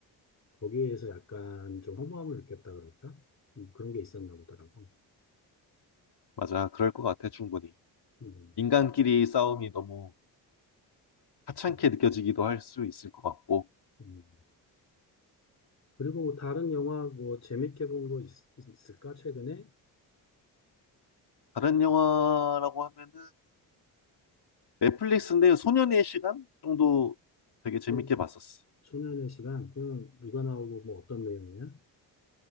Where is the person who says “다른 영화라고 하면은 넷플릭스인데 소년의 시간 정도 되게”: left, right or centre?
Left